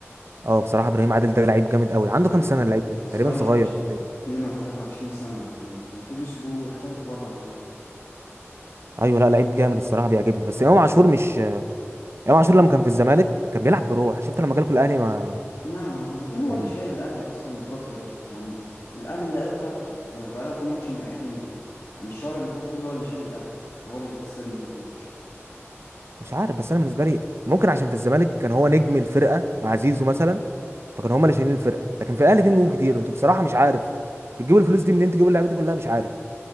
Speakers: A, on the right; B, on the left.
A: اه بصراحه ابراهيم عادل ده لعيب جامد قوي عنده
B: لا
A: كام سنه اللعيب
B: لا
A: ده
B: صغير
A: تقريبا صغير
B: مش
A: بالتالي.
B: عارف 2 او 23 سنه يعني المفروض يسيبوه يحترف بره والله
A: ايوه لا لعيب جامد الصراحه بيعجبني بس امام عاشور مش امام عاشور لما كان في الزمالك كان بيلعب بروح شفت لما جالكوا الاهلي ما
B: نعم هو اذا كان هو
A: يعني
B: اللي شايل الاهلي اصلا الفتره دي يعني الاهلي اللعيبه بتاعته بتك... بقالها كام ماتش مريحين يعني الشهر اللي فات كله هو اللي شايل الاهلي هو اللي بيكسبنا كل ماتش
A: مش عارف بس انا بالنسبه لي ممكن عشان في الزمالك كان هو نجم الفرقه مع زيزو مثلا فكانوا هما اللي شايلين الفرقه لكن في الاهلي في نجوم كتير انتوا بصراحه مش عارف بتجيبوا الفلوس دي منين تجيبوا اللعيبه دي كلها مش عارف